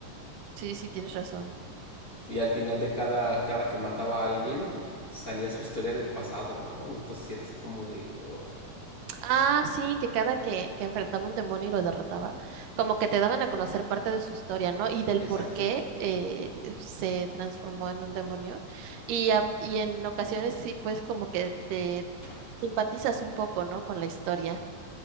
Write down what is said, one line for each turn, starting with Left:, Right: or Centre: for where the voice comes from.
Right: Sí, sí, tienes razón.
Left: Y al final de cada, cada que mataba a alguien, salía su historia del pasado, ¿no? Y entonces era así como de... "Ugh".
Right: Ah, sí, que cada que, que enfrentaba un demonio y lo derrotaba, como que te daban a conocer parte de su historia, ¿no? Y del
Left: exacto.
Right: por qué eh, se transformó en un demonio. Y, a- y en ocasiones sí, pues como que te simpatizas un poco, ¿no? Con la historia,